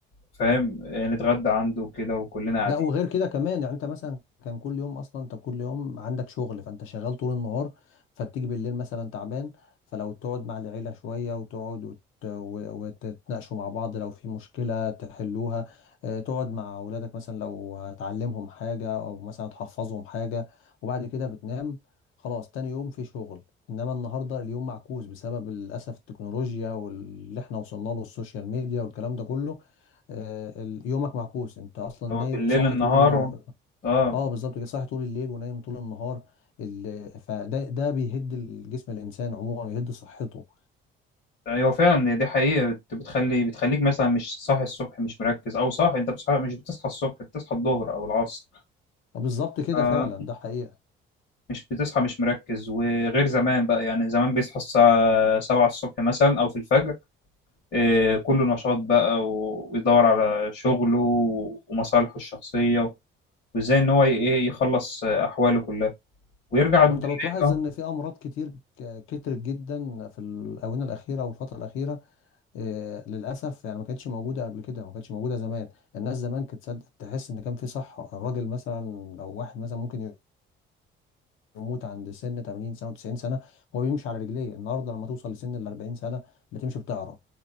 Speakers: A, on the left (about 55°); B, on the left (about 80°).
A: فاهم آه، نتغدى عنده كده وكلنا قاعدين
B: لا وغير كده كمان يعني انت مثلا كان كل يوم اصلا انت كل يوم عندك شغل فانت شغال طول النهار فتيجي بالليل مثلا تعبان فلو تقعد مع العيلة شوية وتقعد وت... و- وتتناقشوا مع بعض لو في مشكلة تحلوها اه، تقعد مع اولادك مثلا لو تعلمهم حاجة او مثلا تحفظهم حاجة وبعد كده بتنام خلاص تاني يوم في شغل انما النهارده اليوم معكوس بسبب للاسف التكنولوجيا واللي احنا وصلنا له السوشيال ميديا والكلام ده كله آه، ال- يومك معكوس انت اصلا
A: اللي
B: نايم
A: هو بالليل
B: صاحي
A: النهار
B: طول النهار
A: و... اه
B: اه بالظبط كده صاحي طول الليل ونايم طول النهار ال... فده ده بيهد الجسم الانسان عموما يهد صحته
A: ايوه فعلا دي حقيقة بت- بتخلي بتخليك مثلا مش صاحي الصبح مش مركز او صاحي انت بتصحى مش بتصحى الصبح بتصحى الظهر او العصر
B: آه، بالظبط كده
A: آه،
B: فعلا ده حقيقة
A: مش بتصحى مش مركز وغير زمان بقى يعني زمان بيصحى الساعة سبعة الصبح مثلا أو في الفجر إيه، كله نشاط بقى و- ويدور على شغله ومصالحه الشخصية وإزاي إن هو ي- إيه يخلص أحواله كلها ويرجع بالليل
B: وانت لو تلاحظ
A: أه
B: ان في امراض كتير ك- كترت جدا في الاونه الاخيره او الفتره الاخيره آه، للاسف يعني ما كانتش موجوده قبل كده ما كانتش موجوده زمان الناس زمان كانت تصدق- تحس ان كان في صحه الراجل مثلا او واحد مثلا ممكن يموت عند سن 80 سنه و90 سنه هو بيمشي على رجليه النهارده لما توصل لسن ال 40 سنه بتمشي بتعرج